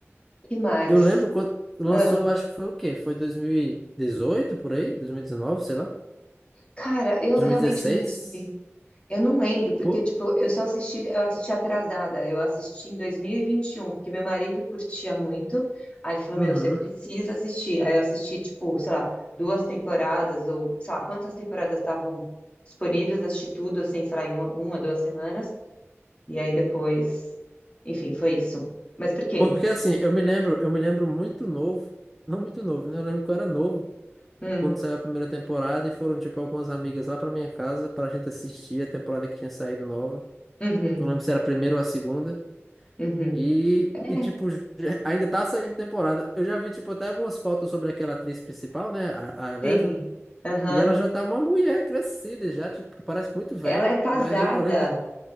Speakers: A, on the left (about 25°); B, in the centre.
A: Que mais?
B: Eu lembro quando lançou,
A: Ah,
B: acho que foi o quê? Foi 2018 por aí? 2019, sei lá.
A: cara, eu
B: 2016?
A: realmente não sei. Eu não lembro, porque,
B: Pô,
A: tipo, eu só assisti, eu assisti atrasada. Eu assisti em dois mil e e vinte e um porque meu marido curtia muito. Aí ele falou,
B: uhum.
A: meu, você precisa assistir. Aí eu assisti, tipo, sei lá, duas temporadas, ou sei lá, quantas temporadas estavam disponíveis, assisti tudo, assim, sei lá, em uma, uma, duas semanas. E aí depois, enfim, foi isso. Mas por quê?
B: Porque assim, eu me lembro, eu me lembro muito novo. <laughs> Não muito novo, né? Eu lembro que eu era novo
A: Hum,
B: quando saiu a primeira temporada e foram, tipo, algumas amigas lá pra minha casa pra gente assistir a temporada que tinha saído nova.
A: uhum,
B: Não lembro se era a primeira ou a segunda.
A: uhum.
B: E,
A: É,
B: e tipo, já- ainda tá saindo temporada. Eu já vi, tipo, até algumas fotos sobre aquela atriz principal, né? A, a Eleven.
A: sim, aham.
B: E ela já tá uma mulher crescida, já, tipo, parece muito velha.
A: Ela é casada.
B: Mas eu, eu lembro de.